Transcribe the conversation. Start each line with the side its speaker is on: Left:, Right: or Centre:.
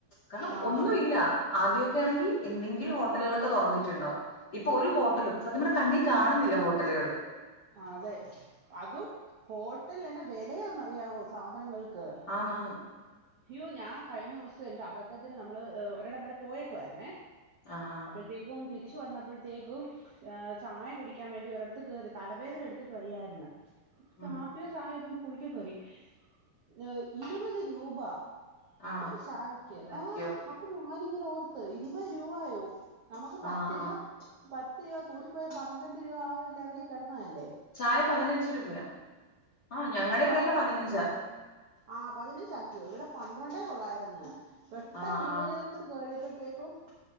Left: കാരണം
Right: ആഹ്
Left: ഒന്നുമില്ല
Right: അതെ
Left: ആദ്യം ഒക്കെയാണെങ്കി എന്തെങ്കിലും ഹോട്ടലുകളെക്കെ തുറന്നിട്ടുണ്ടാവും ഇപ്പൊ ഒരു ഹോട്ടലും സത്യം പറഞ്ഞ കണ്ണി കാണുന്നില്ല ഹോട്ടലുകള്
Right: അതെ അതും ഹോട്ടല് എന്നാ വെലയാന്നറിയാവോ സാധനങ്ങൾക്ക്
Left: ആന്നാന്ന്
Right: യ്യോ ഞാൻ കഴിഞ്ഞ ദിവ സം എന്റെ അബദ്ധത്തിന് നമ്മള് ഒരിടം വരെ പോയേക്കുവായിരുന്നേ
Left: ആഹ് ആഹ്
Right: പ്പത്തേയ്ക്കും തിരിച്ചു വന്നപ്പോഴത്തേക്കും ഏ ചായ കുടിക്കാൻ വേണ്ടി ഒരിടത്ത് കേറി തലവേദന എടുത്തിട്ട് വെയ്യായിര്ന്നു കാപ്പി
Left: ഉം
Right: ചായ ഇതൊന്ന് കുടിക്കാൻ ഏ ഇരുപത് രൂപ
Left: ആണോ
Right: ഒരു ചായക്ക്
Left: ഇതാക്കിയോ
Right: ആഹ് അ പ്പം ഞാനിങ്ങനെ ഓർത്ത് ഇരുപത് രൂപായോ നമുക്ക് പത്ത്
Left: ആഹ് ആഹ്
Right: രൂപാ പത്ത് രൂപ കൂടി ഇപ്പഴേ പന്ത്രണ്ട് രൂപ ആ ഒര് ലെവലില് കെടന്നതല്ലേ
Left: ചായ പതിനഞ്ച് രൂപയാ ആഹ് ഞങ്ങടെ ഇവിടെക്കെ
Right: അവി
Left: പതിനഞ്ചാ
Right: ആഹ് പതിനഞ്ചാക്കിയോ ഇവിടെ പന്ത്രണ്ടേ ഒള്ളായിര്ന്ന് പെട്ടെന്ന്
Left: ആഹ്
Right: ഇരുപതിലോ
Left: ആഹ്
Right: ട്ട് കേറിയപ്പഴത്തേക്കും